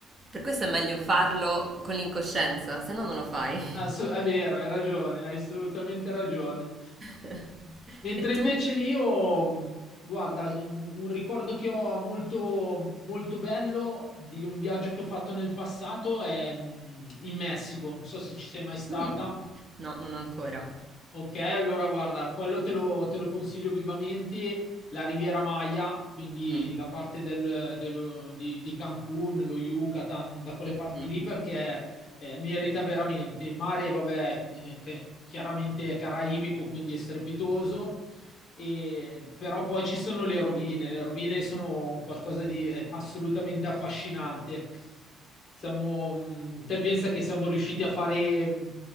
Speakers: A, on the right; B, on the left.
A: Per questo è meglio farlo con l'incoscienza, se no non lo fai.
B: Asso- è vero, hai ragione, hai assolutamente ragione.
A: <laughs>
B: Mentre
A: E
B: invece
A: tu?
B: io, guarda, un ricordo che ho molto, molto bello di un viaggio che ho fatto nel passato è mm, in Messico. Non so se ci sei mai stata.
A: Mm. No, non ancora.
B: Ok, allora guarda, quello te lo, te lo consiglio vivamente, la Riviera Maya, quindi
A: Mm.
B: la parte del- dello- di, di Cancun, lo Yucatan, da quelle
A: Mhm.
B: parti lì perché eh, merita veramente. Il mare, vabbè, eh, che chiaramente è caraibico, quindi è strepitoso,
A: Mm.
B: e- però poi ci sono le rovine, le rovine sono un qualcosa
A: Mm.
B: di eh, assolutamente affascinante. Siamo, mh, te pensa che siamo riusciti a fare... mh,